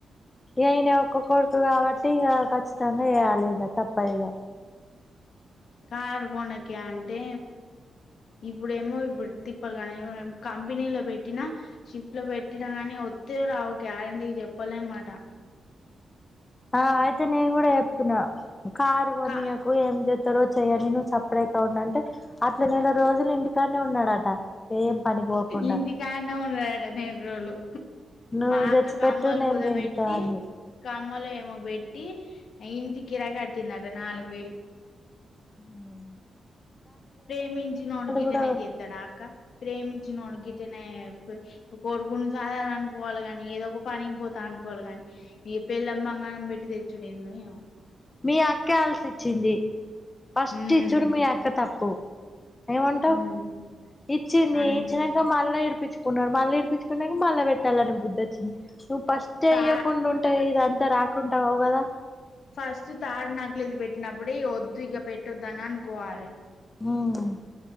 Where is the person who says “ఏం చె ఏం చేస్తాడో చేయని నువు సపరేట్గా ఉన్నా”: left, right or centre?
Left